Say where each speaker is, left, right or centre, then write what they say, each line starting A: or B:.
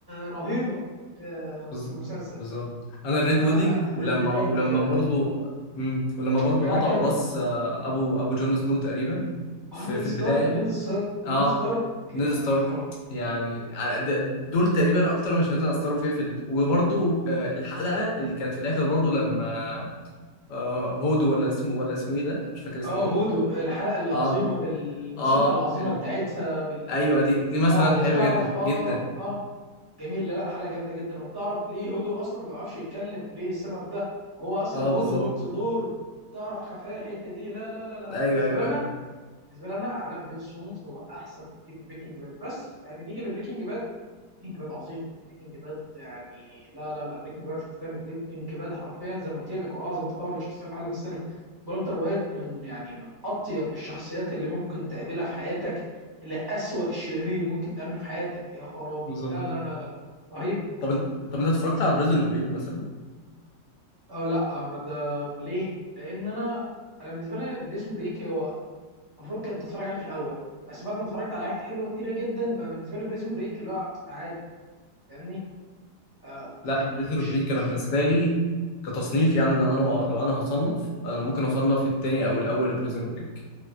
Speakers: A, on the right; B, on the left.
A: رهيبة في
B: بز-
A: في المسلسل
B: بالظبط انا
A: فلا
B: الريد ويدنج ولما
A: ريد ويدنج
B: ولما برضو مم. ولما برضو
A: معاه
B: قطعوا
A: كمل
B: راس آه، ابو ابو جون سنو تقريبا في
A: اه نيد
B: في البدايه
A: ستارك نيد ستارك
B: اه
A: نيد ستارك
B: نيد
A: يعني
B: ستارك
A: خرابي
B: يعني آه، د- دول تقريبا اكتر مشهدين اثروا فيا في ال... وبرضو آه، الحلقه اللي كانت في الاخر برضو لما آه، هودو ولا اسمه ولا اسمه ايه ده مش فاكر اسمه
A: اه
B: ايه
A: هودو الحلقة العظيمة
B: اه
A: بالموسيقى
B: اه
A: العظيمة
B: ال...
A: بتاعتها بال
B: ايوه دي دي مثلا
A: اه وبتعرف
B: حلوه جدا
A: اه
B: جدا
A: اه اه جميل لا حلقة جامدة جدا وبتعرف ليه هودو اصلا ما بيعرفش يتكلم وليه السبب ده هو اصلا
B: اه
A: هودو
B: بالظبط
A: هولد ذا دور تعرف خفايا الحتة دي لا لا لا لا
B: ايوه
A: بالنسبة
B: ايوه
A: لنا بالنسبه لنا عالم جيم اوف ثرونز هو احسن بكتير من بريكنج باد بس يعني نيجي لبريكنج باد بريكنج باد عظيم بريكنج باد يعني لا لا لا بريكنج باد في تاني بريكنج باد حرفيا زي ما قلت لك هو اعظم تطور للشخصيه في عالم السينما والتر وايت من يعني من اطيب الشخصيات اللي ممكن تقابلها في حياتك لأسوأ شرير ممكن تقابله في حياتك يا خرابي
B: بالظبط
A: لا لا لا لا, لا. رهيب
B: طب انت طب انت اتفرجت على بريزون بريك مثلا
A: اه لا آه، ما دام ليه لان انا انا بالنسبه لي بريزون بريك هو المفروض كنت اتفرج عليه في الاول بس بعد ما اتفرجت على حاجات حلوه كتيره جدا بقى بالنسبه لي بريزون بريك اللي هو عادي فاهمني آه
B: لا
A: يعني
B: بريزو
A: مش
B: بريك
A: مش
B: انا بالنسبه
A: آه
B: لي كتصنيف يعني ان انا لو, لو انا هصنف انا ممكن اصنف التاني او الاول بريزون بريك